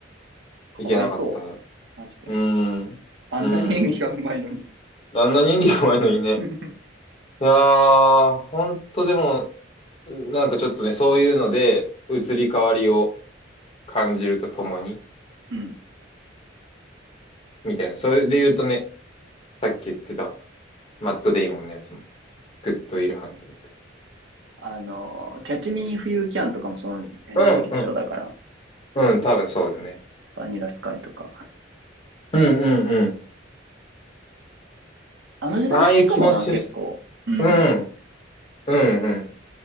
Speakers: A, on the right (about 65°); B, on the left (about 35°).
A: かわいそ
B: いけなかった。う
A: う。マジで。
B: ーん。
A: あんなに演技がうまいのに
B: うーん。あんな人気弱いのにね。
A: <laughs>
B: いやー、ほんとでも、うなんかちょっとね、そういうので、移り変わりを感じるとともに、
A: うん。
B: みたいな。それで言うとね、さっき言ってた、マット・デイモンのやつも、グッド・ウィル・ハンティング。
A: あの、キャッチミーフユーキャンとかもその辺の時期でしょだから、
B: うん、うん、うん、多分そうだね。
A: バニラスカイとか。
B: うん、うん、うん。
A: あの時代好きかもな、
B: ああいう気持ちよさ。
A: 結構。うん。
B: うん、うん、うん。